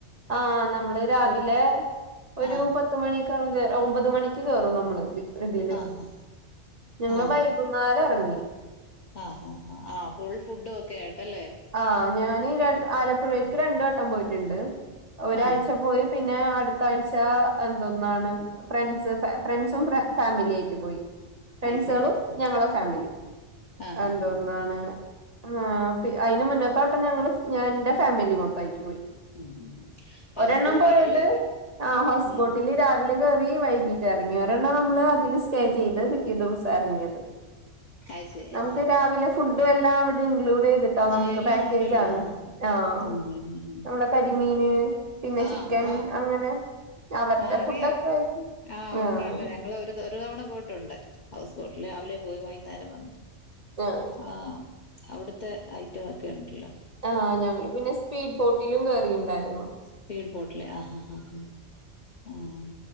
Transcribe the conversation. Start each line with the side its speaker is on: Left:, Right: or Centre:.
Right: ആഹ് നമ്മള് രാവിലെ
Left: ഒരു
Right: ഒരു
Left: ആ
Right: പത്ത് മണിക്കാണ് കേറാ ഒമ്പത് മണിയ്ക്ക് കേറും നമ്മള് ഇതില്.
Left: ആ ആ
Right: പിന്നെ
Left: ആ
Right: വൈകുന്നേരം ഒറങ്ങി.
Left: ആഹ് അഹ് ആഹ് ആഹ് ഫുൾ ഫുഡൊക്കെ ആയിട്ടല്ലെ.
Right: ആഹ് ഞാന് രൺ ആലപ്പുഴൽക്ക് രണ്ട് വട്ടം പോയിട്ട്ണ്ട്. ഒരാഴ്ച
Left: ആഹ്
Right: പോയി പിന്നെ അട്ത്ത ആഴ്ച എന്തൊന്നാണ് ഫ്രണ്ട്സ് ഫെ ഫ്രണ്ട്സും ഫ്രെ ഫാമിലിയായിട്ട് പോയി. ഫ്രണ്ട്സേളും
Left: അത് ശരി ആഹ്
Right: ഞങ്ങളെ ഫാമിലിം.
Left: ആഹ്
Right: എന്തോന്നാണ്
Left: ആഹ്
Right: ആഹ് അയ്ന് മുന്നത്തെ വട്ടം ഞങ്ങള് ഫ് ഞാൻന്റെ ഫാമിലി മൊത്തായിട്ട് പോയി.
Left: ഉം ഉം ഉം. ഹൗസ്
Right: ഒരെണ്ണം
Left: ബോട്ടിലല്ലേ?
Right: പോയത് ആഹ് ഹൗസ്
Left: ഉം
Right: ബോട്ടില്. രാവിലെ കേറി വൈകീട്ട് എറങ്ങി. ഒരെണ്ണം നമ്മള് അതില് സ്റ്റേ ചെയ്ത് പിറ്റേ ദിവസാ എറങ്ങിയത്.
Left: അത് ശരി
Right: നമുക്ക്
Left: ആഹ്
Right: രാവിലെ ഫുഡും എല്ലാം അവിടെ ഇൻക്ലൂഡെയ്‌ത് ട്ടാ നമുക്ക്
Left: ആഹ് എല്ലാം
Right: പാക്കേജാണ്.
Left: ഉണ്ടല്ലോ ആഹ്
Right: ആഹ്
Left: ഉം ഉം ഉം ഉം
Right: നമ്മളെ കരിമീന് പിന്നെ
Left: ആഹ്
Right: ചിക്കൻ
Left: അമ്മ
Right: അങ്ങനെ അവര്ടെ
Left: ആഹ് അറിയാം
Right: ഫുഡൊക്കെ ആയിട്ട്
Left: ഉണ്ട്
Right: ആഹ്
Left: ഉണ്ട് ഞങ്ങള് ഒര് ഒരു തവണ പോയിട്ടൊണ്ട് ഹൗസ് ബോട്ടില്. രാവിലെ പോവും വൈന്നേരം വന്ന്.
Right: ഓഹ് ഓഹ്
Left: ആഹ് അവിട്ത്തെ ഐറ്റം ഒക്കെ ണ്ടല്ലൊ.
Right: ആഹ് ഞങ്ങള് പിന്നെ സ്പീഡ് ബോട്ടിലും കേറീണ്ടായിര്ന്നു.
Left: സ്പീഡ് ബോട്ട്ല് ആഹ് ആഹ് ആഹ് ആഹ് ആഹ്